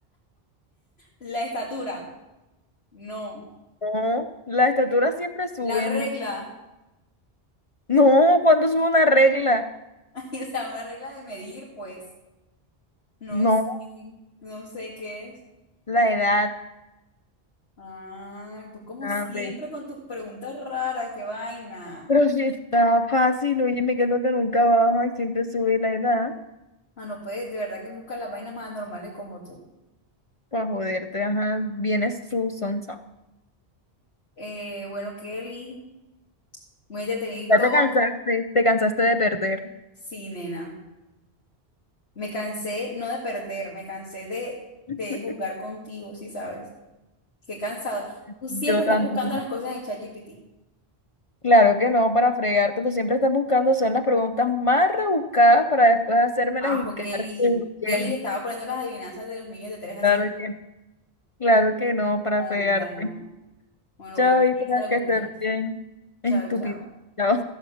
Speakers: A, on the left; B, on the left.
A: La estatura, no.
B: No, la estatura
A: Eh,
B: siempre sube,
A: La regla,
B: ¿no? No, ¿cuándo sube una regla?
A: <laughs> Ay, o sea, una regla de medir, pues, no
B: No,
A: sé, no sé qué es.
B: la edad,
A: Ah, tú como
B: hombre.
A: siempre con tus preguntas raras, qué vaina.
B: Pero si está fácil, óyeme, que es lo que nunca baja y siempre sube la edad.
A: Ah, no puedes, de verdad que buscas las vainas más anormales como tú.
B: Pues joderte, ajá, vienes tú, sonsa.
A: Eh, bueno, Kelly, muy entretenido y
B: Ya
A: todo.
B: te cansaste, te cansaste de perder.
A: Sí, nena. Me cansé, no de perder, me cansé de,
B: <laughs>
A: de jugar contigo, sí sabes. Qué cansado. Tú siempre
B: Yo
A: estás
B: también.
A: buscando las cosas en ChatGPT.
B: Claro que no, para fregarte, tú siempre estás buscando, son las preguntas más rebuscadas para después hacérmelas
A: Ajo,
B: y quedarte
A: Kelly.
B: bien.
A: Kelly le estaba poniendo las adivinanzas de los niños de 3 a
B: Claro
A: 6.
B: que, claro que no, para
A: Hola.
B: fregarte.
A: Bueno,
B: Chao,
A: pues
B: y
A: piensa lo
B: que
A: que
B: estés
A: quieras.
B: bien.
A: Chao,
B: Estúpido.
A: chao.
B: Chao.